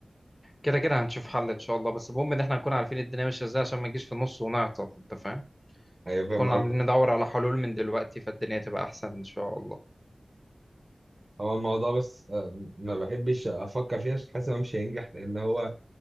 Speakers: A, in the centre; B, on the right.
A: كده كده هنشوف حل ان شاء الله بس المهم ان احنا نكون عارفين الدنيا ماشيه ازاي عشان ما نجيش في النص ونعطل انت فاهم
B: ايوه فاهم
A: كنا
B: قصدك
A: عاملين ندور على حلول من دلوقتي فالدنيا تبقى احسن ان شاء الله
B: هو الموضوع بس آه، ما بحبش افكر فيه عشان حاسس ان هو مش هينجح لان هو